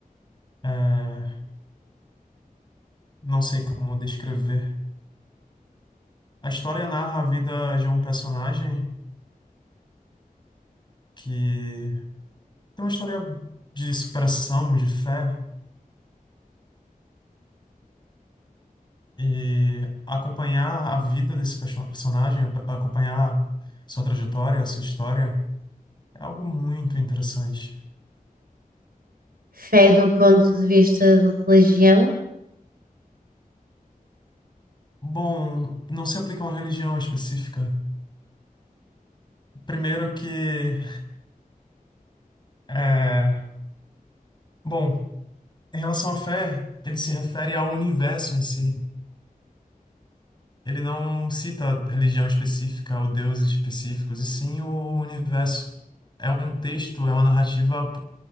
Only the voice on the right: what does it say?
Fé do ponto de vista de religião?